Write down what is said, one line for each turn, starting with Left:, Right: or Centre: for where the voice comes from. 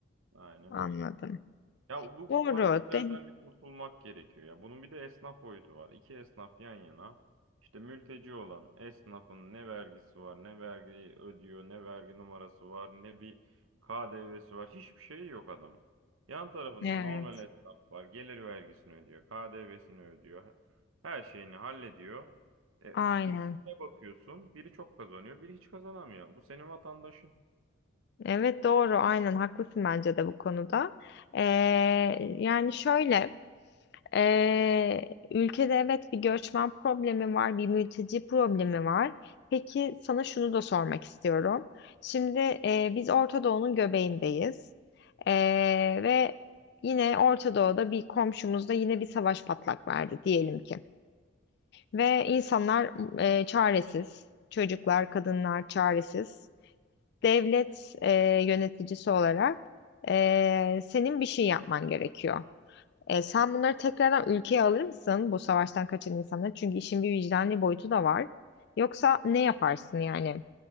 Right: Aynen
Left: Anladım.
Right: öyle. Ya bu,
Left: Doğru.
Right: bu parazitlerden
Left: De
Right: bir kurtulmak gerekiyor ya. Bunun bir de esnaf boyutu var. İki esnaf yan yana. İşte mülteci olan esnafın ne vergisi var, ne vergi ödüyor, ne vergi numarası var, ne bir KDV'si var. Hiçbir şey yok adam. Yan tarafında
Left: evet.
Right: normal esnaf var. Gelir vergisini ödüyor, KDV'sini ödüyor. Her şeyini hallediyor. E,
Left: Aynen.
Right: ikisine bakıyorsun. Biri çok kazanıyor, biri hiç kazanamıyor. Bu senin vatandaşın.
Left: Evet doğru. Aynen haklısın bence de bu konuda. Ee, yani şöyle. Ee, ülkede evet bir göçmen problemi var, bir mülteci problemi var. Peki sana şunu da sormak istiyorum. Şimdi e, biz Orta Doğu'nun göbeğindeyiz. Ee, ve yine Orta Doğu'da bir komşumuzda yine bir savaş patlak verdi diyelim ki. Ve insanlar e, çaresiz, çocuklar, kadınlar çaresiz. Devlet e, yöneticisi olarak e, senin bir şey yapman gerekiyor. E, sen bunları tekrardan ülkeye alır mısın bu savaştan kaçan insanları? Çünkü işin bir vicdani boyutu da var. Yoksa ne yaparsın yani